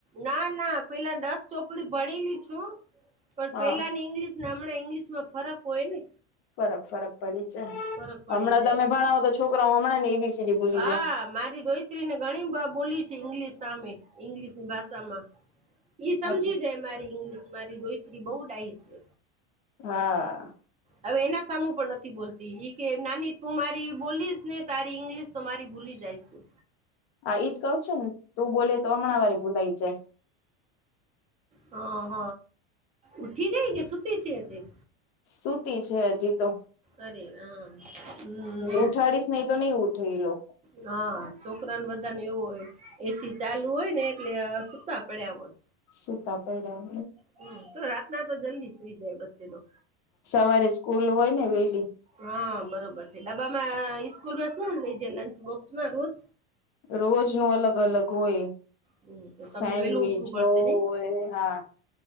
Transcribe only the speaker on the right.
ના ના પેલાની દસ ચોપડી ભણેલી છું પણ
પેલાની ઇંગલિશ હમણાં ઈંગ્લિશમાં ફરક હોય ને
ફરક પડી
જાય
હા
મારી દોહી ત્રી ને ઘણી બ બોલી છે ઈંગ્લિશ સામે ઈંગ્લિશની ભાષામાં. ઈ સમજી
જાય મારી ઇંગ્લિશ મારી દોહિત્રી બઉ ડાહી છે.
હવે એના સામું પણ નથી બોલતી ઈ કે નાની તું મારી બોલીશ ને તારી ઈંગ્લિશ તો મારી ભૂલી જાઈશ. <unintelligible>
હ હ ઉઠી ગઈ કે સુતી છે, હજી?
અરે રામ હમ
ના છોકરાને બધાંને એવું હોય એસી ચાલુ હોય ને એટલે સૂકા પડ્યા હોય
હમ તો રાતના તો જલ્દી સુઈ જાય બચ્ચે લો
હા બરોબર છે, ડબામાં સ્કૂલમાં શું લઈજે લંચ બોક્સમાં રોજ?
હમ તો તમને
વેલું ઉઠવું પડશે
નઈ